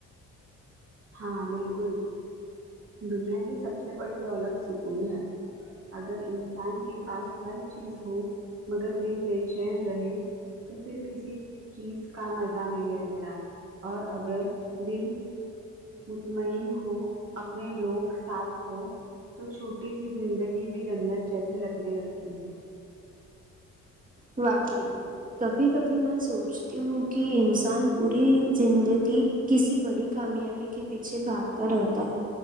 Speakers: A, on the right; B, on the right.
A: ہاں بالکل دنیا کی سب سے بڑی دولت سکون ہے اگر انسان کے پاس ہر چیز ہو مگر دل بے چین رہے تو پھر کسی چیز کا مزہ نہیں رہتا اور اگر دل مطمئن ہو اپنے لوگ ساتھ ہو تو چھوٹی سی زندگی بھی جنت جیسے لگنے لگتی ہے
B: واقعی کبھی کبھی میں سوچتی ہوں کہ انسان پوری زندگی کسی بڑی کامیابی کے پیچھے بھاگتا رہتا ہے